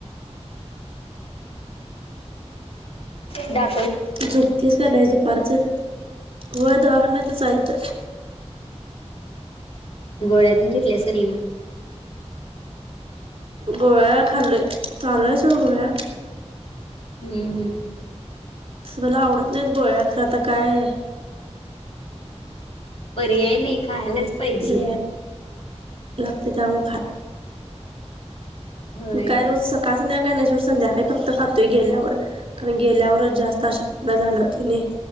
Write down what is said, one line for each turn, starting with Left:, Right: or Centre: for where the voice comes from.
Left: डा
Right: झोपतीस का नाही दुपारचं होय दवाखना चालत चालत
Left: गोळ्या तेन घेतल्यास की नाही मग
Right: गोळ्या खाल्ल्लोय चालू आहे सोड गोळ्या
Left: हम्म हम्म
Right: तसं मला आवडत नाहीत गोळ्या खरं आता काय
Left: पर्याय नाही खायलाच पाहिजे
Right: घ्यायला लागते त्यामुळे खायला
Left: होय
Right: काय रोज सकाळ संध्याकाळ काय नाही सोड संध्याकाळी फक्त खातोय गेल्यावर कारण गेल्यावरच जास्त अशक्तपणा जाणवतोय नाई